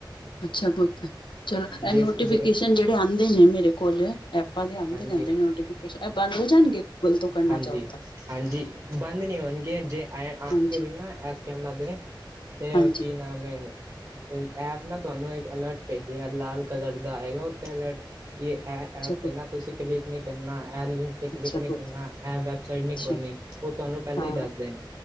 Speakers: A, on the left; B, on the right.
A: ਅੱਛਾ ਬੋਤ ਚਲੋ
B: ਜੇ
A: ਨੋਟੀਫਿਕੇਸ਼ਨ
B: ਜੇ
A: ਜੇੜੇ ਆਂਦੇ ਨੇ ਮੇਰੇ ਕੋਲ ਐਪਾਂ ਦੇ ਆਂਦੇ
B: ਹਾਂਜੀ
A: ਰੈਂਦੇ ਨੋਟੀਫਿਕੇਸ਼ਨ ਐ ਬੰਦ ਹੋ ਜਾਣਗੇ। ਤੋਂ ਕਰਨਾ
B: ਹਾਂਜੀ-ਹਾਂਜੀ
A: ਚਾਹੋ ਤਾਂ
B: ਬੰਦ ਨਈ ਹੋਣਗੇ ਜੇ ਆਣ
A: ਹਾਂਜੀ
B: ਗੇ ਵੀ ਨਾ ਏਸ <unintelligible> ਤੇ
A: ਹਾਂਜੀ
B: ਵਾ ਕੀ ਨਾਮ ਐ। ਐਪ ਨਾ ਤੁਹਾਨੂੰ ਇੱਕ ਅਲਰਟ ਭੇਜਗਾ ਲਾਲ ਕਲਰ ਦਾ ਆਏਗਾ ਉੱਥੇ ਅਲਰਟ ਕਿ ਐ
A: ਅੱਛਾ
B: ਐਪ
A: ਪੁੱਤ
B: ਤੇ ਨਾ ਤੁਸੀਂ ਕਲਿੱਕ ਨਈ ਕਰਨਾ ਇਹ ਲਿੰਕ ਤੇ ਕਲਿੱਕ
A: ਅੱਛਾ
B: ਨਈ
A: ਪੁੱਤ
B: ਕਰਨਾ। ਐ ਵੈਬਸਾਈਟ ਨਈ
A: ਅੱਛਾ
B: ਖੋਲਣੀ ਓ ਤੁਹਾਨੂੰ ਪੈਲਾਂ
A: ਹਾਂ
B: ਹੀ ਦੱਸ ਦੇਣ